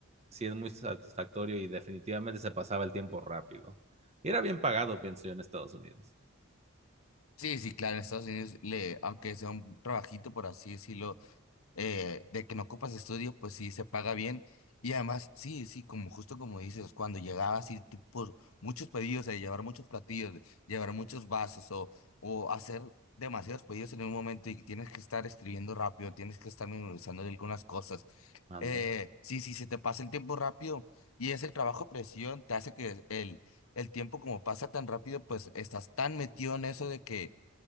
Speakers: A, on the right; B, on the left.
A: sí, es muy satisfactorio y definitivamente se pasaba el tiempo rápido. Y era bien pagado, pienso yo, en Estados Unidos.
B: Sí, sí, claro, en Estados Unidos, le, aunque sea un trabajito, por así decirlo, eh, de que no ocupas estudio, pues sí, se paga bien. Y además, sí, sí, como justo como dices, cuando llegabas y por muchos pedidos, eh, llevar muchos platillos, llevar muchos vasos o, o hacer demasiados pedidos en un momento y que tienes que estar escribiendo rápido, tienes que estar memorizando de algunas cosas.
A: Ándale.
B: Eh, sí, sí, se te pasa el tiempo rápido y ese trabajo presión te hace que el, el tiempo como pasa tan rápido, pues estás tan metido en eso de que